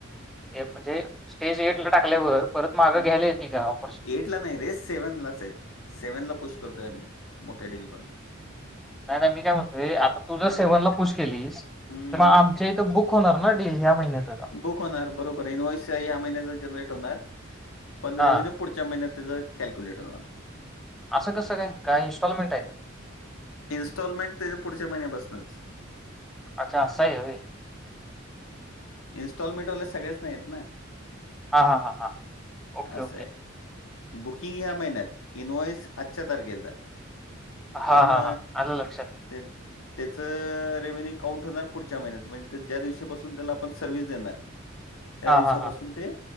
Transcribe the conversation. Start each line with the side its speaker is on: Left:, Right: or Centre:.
Centre: म्हणजे, स्टेज एट ला टाकल्यावर, परत मागं
Left: हं.
Centre: घ्यायला यती का ऑपर्च्युन
Left: नाही रे, सेवेनलाच ह्यात, सेव्हन ला पुश करतोय आम्ही मोठ्या डील पण.
Centre: नाही-नाही मी काय म्हणतोय आता तू जर
Left: हं.
Centre: सेव्हनला पूस केलीस,
Left: हं,
Centre: तर मग आमच्या इथं बुक बुक होणार न डील ह्या महिन्यात.
Left: बुक होणार बरोबर, इन्वइस ह्या महिन्या जनरेट होणार, पंन
Centre: हां,
Left: रिवीन्युऽ पुढच्या महिन्या त्याचं कॅल्क्युलेट होनार.
Centre: असं कसं काय? काय इन्स्टॉलमेंट हाय?
Left: इन्स्टॉलमेंट त्याच्या पुढच्या महिन्यापासनच.
Centre: अच्छा आसं हाय वय.
Left: इन्स्टॉलमेंट वाले सगळेच एत नाहीत ना,
Centre: हां, हां, हां, हां. Okay,
Left: असंय.
Centre: okay.
Left: बुकिंग ह्या महिन्यात, इन्वॉइस आजच्या तारखेचा.
Centre: हां,
Left: पण
Centre: हां, हां. आलं लक्षात.
Left: तेऽ त्याचं रेव्हन्यू काउंट होणार पुढच्या महिन्यात, म्हणजे ज्या दिवशीपासून त्याला आपण सर्विस देणार, त्या
Centre: हां,
Left: दिवसापासून
Centre: हां, हां.
Left: ते,